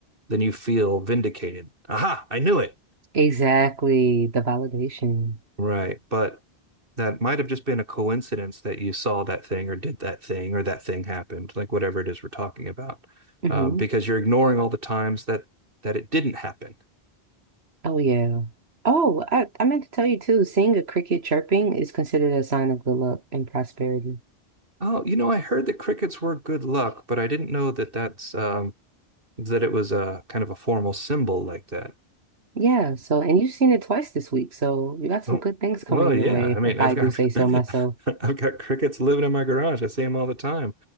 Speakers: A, on the right; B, on the right.
A: then you feel vindicated. Aha, I knew it.
B: Exactly, the validation.
A: Right. But that might have just been a coincidence that you saw that thing or did that thing or that thing happened, like whatever it is we're talking about,
B: hmm
A: um, because you're ignoring all the times that that it didn't happen.
B: Oh yeah. Oh, I, I meant to tell you too, seeing a cricket chirping is considered a sign of good luck and prosperity.
A: Oh, you know, I heard that crickets were good luck, but I didn't know that that's um, that it was a kind of a formal symbol like that.
B: Yeah, so and you've seen it twice this week, so you got
A: Oh,
B: some good things coming
A: well, yeah.
B: your way
A: I
B: if,
A: mean,
B: if
A: I've
B: I
A: got
B: do say so
A: <laughs>
B: myself.
A: I've got crickets living in my garage. I see them all the time.